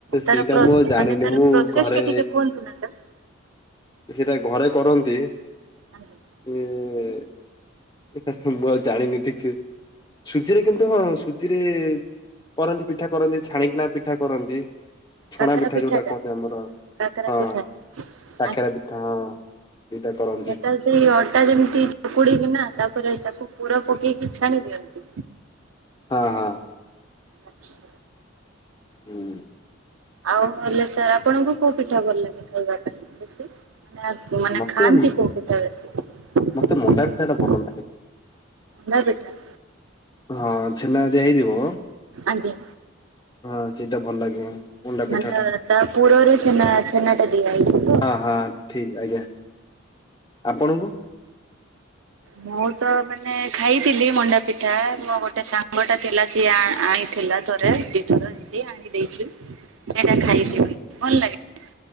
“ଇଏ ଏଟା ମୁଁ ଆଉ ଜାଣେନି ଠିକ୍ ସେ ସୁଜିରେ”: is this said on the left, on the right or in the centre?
Left